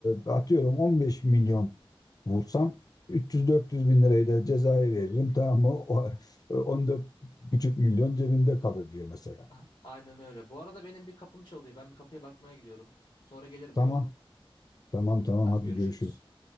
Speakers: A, on the left (about 40°); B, on the left (about 60°).
A: e, atıyorum 15 milyon vursam 300-400 bin lirayı da cezaya veririm. Tamam mı? O, e, 14,5 milyon cebimde kalır diyor mesela.
B: A- Aynen öyle. Bu arada benim bir kapım çalıyor. Ben bir kapıya bakmaya gidiyorum. Sonra gelirim
A: Tamam,
B: olur mu?
A: tamam, tamam
B: Hadi
A: hadi
B: görüşürüz.
A: görüşürüz.